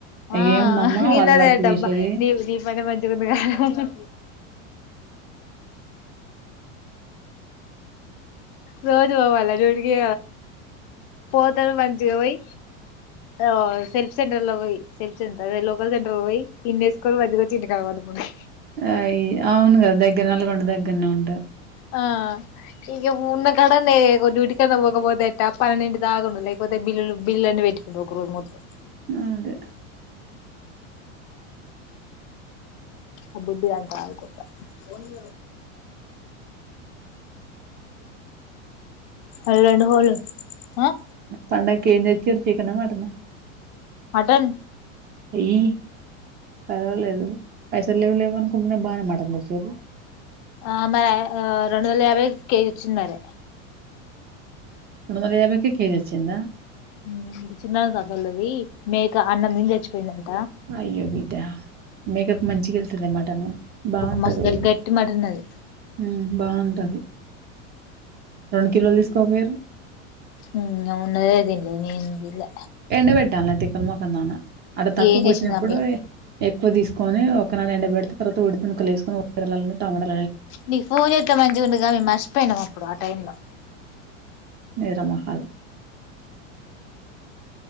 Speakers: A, on the left; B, on the right.
A: ఆ
B: ఏముందమ్మా
A: నిన్నదేడబ్బా
B: వాళ్ళ వర్క్ చేసేది
A: నీవు నీ పనే మంచిగుంది గా హ రోజు పోవాలా డ్యూటీ కి పోతారు మంచిగా పోయి ఆ సెల్ఫ్ సెంటర్ లో పోయి సెల్ఫ్ సెంటర్ అదే లోకల్ సెంటర్ పోయి ఇన్నేసుకొని మంచిగా వచ్చి ఇంటికాడ పండుకునుడే
B: అయి అవును కదా దగ్గర నల్లగొండ దగ్గ <unintelligible> ఉం
A: ఆ ఇగ ఉన్న గడనే ఓ డ్యూటీ కి పోకపోతే ఎట్లా, పన్నెండు ఇంటిదాకా ఉండు లేకపోతే బిల్లు అని పెట్టు కుంట ఒక రోజు మొత్తం
B: ఉంది
A: ఆ బుద్ధి అంతా ఆయికుంట ఓన్లీ అది రెండు హోల్ అ
B: పండకి ఏం తెచ్చిరు చికెన్ నా మటనా
A: మటన్
B: ఏయ్య పర్వాలేదు పైసలు లేవు లేవు అనుకుంటనే బాగానే మాటిచురు
A: ఆ మరి ఆ రెండు వందల యాభై కేజ వచ్చంది మరి
B: మూడుందల యాభైకే కేజీ వచ్చిందా
A: హ్మ్ చిన్న తతోలది మేక అన్నం తిని చచ్చి <unintelligible>
B: అయ్యో బిడ్డ మేక మంచిగ వెళ్తుద మా అంటను బాగుంటది
A: మస్తు
B: కూడా
A: గట్టి మటన్ అది
B: హ్మ్ బాగుంటది రెండు కిలోలు తీసుకోకపోయిరు
A: హ్మ్ ఉనదే తినలే నేను తినలే
B: ఎండ పెట్టాల తిపల్ మాకు <unintelligible> అడ తక్కువకు
A: ఏం చేసింది
B: వచ్చినప్పుడు
A: అమ్మయ్య
B: ఎక్కువ తీసుకు కోని ఒకనాడు ఎండ పెడితే తర్వాత ఉడితిముక్కలు వేసుకొని ఎరగడలు టమాటోలు
A: నీ ఫోన్ చెదే మంచిగా ఉండగా మేము మర్చిపోయినాం అప్పుడు ఆ టైం లో
B: నేరమహల్